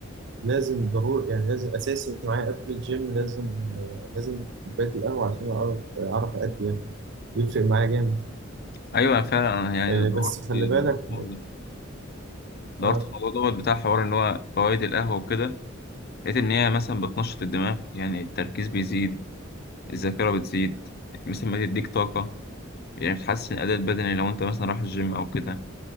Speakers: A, on the right; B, on the left.
A: لازم ضروري يعني لازم اساسي معايا قبل الجيم لازم لازم كوبايه القهوه عشان اعرف اعرف ادي يعني بيفرق معايا جامد
B: ايوه فعلا أنا يعني
A: آه،
B: دورت دورت
A: بس خلي
B: في الموضوع
A: بالك
B: ده. دورت
A: اه
B: في الموضوع دوت بتاع حوار ان هو فوائد القهوه وكده لقيت ان هي مثلا بتنشط الدماغ يعني التركيز بيزيد الذاكره بتزيد يعني مثلا بتديك طاقه يعني بتحسن الاداء البدني لو انت مثلا رايح الجيم او كده